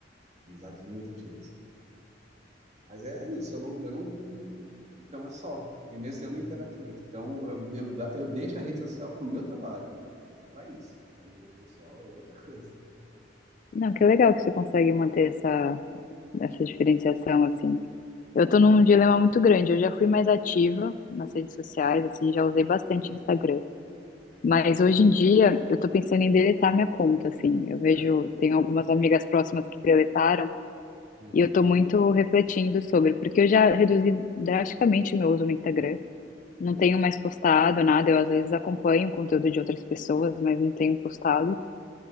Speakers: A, on the right (about 40°); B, on the left (about 45°).
A: amizades muito antigas. Mas é isso, eu não, eu não, então é só. E mesmo assim, eu não interajo muito. Então eu, eu, eu deixo a rede social para o meu trabalho. É para isso. Para minha vida pessoal é outra <laughs> coisa.
B: Não, que legal que você consegue manter essa, essa diferenciação, assim. Eu tô num dilema muito grande, eu já fui mais ativa nas redes sociais, assim, já usei bastante Instagram. Mas hoje em dia eu tô pensando em deletar minha conta, assim. Eu vejo,
A: É?
B: tem algumas amigas próximas que deletaram
A: Hum.
B: e eu tô muito refletindo sobre, porque eu já reduzi drasticamente meu uso no Instagram. Não tenho mais postado nada, eu às vezes acompanho o conteúdo de outras pessoas, mas não tenho postado.